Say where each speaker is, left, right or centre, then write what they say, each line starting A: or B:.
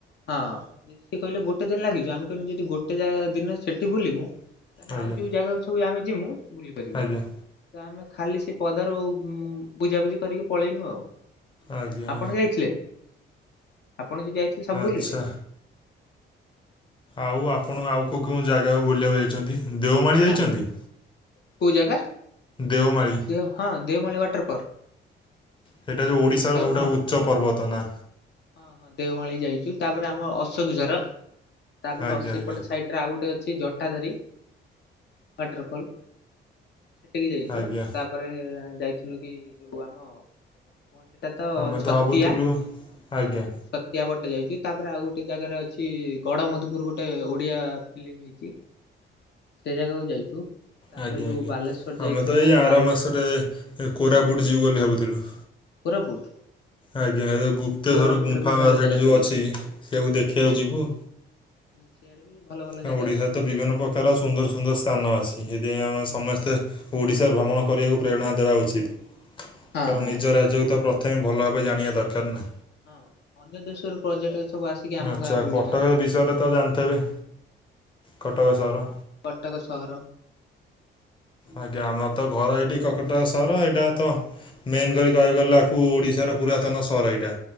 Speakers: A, on the left; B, on the left.
A: ହଁ ସିଏ କହିଲେ ଗୋଟେ ଦିନ ଲାଗିଯିବ, ଆମେ କହିଲୁ ଯଦି ଗୋଟେ ଯା ଦିନ ସେଠି ବୁଲିବୁ ତାହାଲେ
B: ଆଜ୍ଞା
A: ଆଉ ଯୋଉ ଜାଗକୁ ସବୁ ଆମେ ଯିବୁ ବୁଲିପରିବୁନି।
B: ଆଜ୍ଞା।
A: ତ ଆମେ ଖାଲି ସେ ପଦାରୁ ବୁଝାବୁଝି କରିକି ପଳେଇଲୁ ଆଉ।
B: ଆଜ୍ଞା
A: ଆପଣ
B: ଆଜ୍ଞା
A: ଯାଇଥିଲେ ଆପଣ ଯ ଯାଇଥିଲେ ସବୁ
B: ଆଚ୍ଛା।
A: ବୁଲିଲେ?
B: ଆଉ ଆପଣ ଆଉ କେଉଁ କେଉଁ ଜାଗାକୁ ବୁଲିବାକୁ ଯାଇଛନ୍ତି, ଦେଓମାଳି ଯାଇଛନ୍ତି?
A: ଆମେ କୋଉ ଜାଗା?
B: ଦେଓମାଳି।
A: ଦେଓ ହଁ ଦେଓମାଳି ୱାଟରପାର୍କ?
B: ସେଇଟା ଯୋଉ ଓଡ଼ିଶାର ସବୁଠାରୁ
A: ହଁ
B: ଉଚ୍ଚ ପର୍ବତ ନା।
A: ହଁ ହଁ ଦେଓମାଳି ଯାଇଛୁ ତାପରେ ଆମର ଅଶୋକଝର, ତାପରେ
B: ଆଜ୍ଞା
A: ଅଶୋ ସେଇପଟ
B: ଆଜ୍ଞା
A: ସାଇଟ ଏଟା ଆଉ ଗୋଟେ ଅଛି ଜଟାଧାରୀ ୱାଟରଫଲ। ସେଠିକି ଯାଇଛୁ,
B: ଆଜ୍ଞା।
A: ତାପରେ ଯାଇଥିଲୁ କି ଯୋଉ ଆମ କଣ୍ ସେଟା ତ
B: ଆମେ
A: ଛତିଆ।
B: ଭାବୁଥିଲୁ ଆଜ୍ଞା।
A: ଛତିଆ ବଟ ଯାଇଛି ତାପରେ ଆଉ ଗୋଟେ ଜାଗାରେ ଅଛି ଗଡ ମଧୁପୁର ଗୋଟେ ଓଡିଆ ଫିଲ୍ମ। ଇଛୁ ସେ ଜାଗାକୁ ଯାଇଛୁ। ତାପରେ
B: ଆଜ୍ଞା
A: ଯୋଉ
B: ଆଜ୍ଞା
A: ବାଲେଶ୍ଵର ଯାଇଥିଲୁ
B: ଆମେ ତ ଏଇ ଆର
A: ବାଲେଶ୍ଵର
B: ମାସରେ କୋରାପୁଟ
A: ହଁ
B: ଯିବୁ ବୋଲି ଭାବୁଥିଲୁ।
A: କୋରାପୁଟ?
B: ଆଜ୍ଞା ଏ
A: ହୁଁ
B: ଗୁପ୍ତେଶ୍ୱର
A: କୋରାପୁଟରେ
B: ଗୁମ୍ଫା
A: ବି ଭଲ
B: ସେଇଠି
A: ଜାଗା
B: ଯୋଉ
A: ସବୁ
B: ଅଛି ସେଆକୁ ଦେଖିଆକୁ ଯିବୁ।
A: ହୁଁ ସିଆଡେ ବି ଭଲ ଭଲ
B: ଓଡ଼ିଶାରେ
A: ଜାଗା ଅଛି।
B: ତ ବିଭିନ୍ନ ପ୍ରକାର ସୁନ୍ଦର ସୁନ୍ଦର ସ୍ଥାନ ଅଛି, ସେଥିପାଇଁ ଆମେ ସମସ୍ତେ ଓଡ଼ିଶା ଭ୍ରମଣ କରିବାକୁ ପ୍ରେରଣା ଦେବା ଉଚିତ୍।
A: ହଁ
B: କାରଣ
A: ହଁ
B: ନିଜ ରାଜ୍ୟକୁତ ପ୍ରଥମେ ଭଲ ଭାବେ ଜାଣିବା ଦରକାର ନା।
A: ହଁ ଅନ୍ୟ ଦେଶରୁ ପର୍ଯ୍ୟଟକ ସବୁ ଆସିକି ଆମ
B: ଆଛା
A: ଗାଁ ବୁଲୁଛନ୍ତି
B: କଟକ ବିଷୟରେ ତ ଜାଣିଥବେ? କଟକ ସହର।
A: ହଁ କଟକ ସହର
B: ଆଜ୍ଞା ଆମର ତ ଘର ଏଇଠି କକଟକ ସହର ଏଇଟା ତ ମେନ୍ କରି
A: ଆପଣ
B: କହିବାକୁ
A: ତ
B: ଗଲେ
A: ବୁଲି
B: ଆକୁ ଓଡ଼ିଶାର ପୁରାତନ ସହର ଏଇଟା।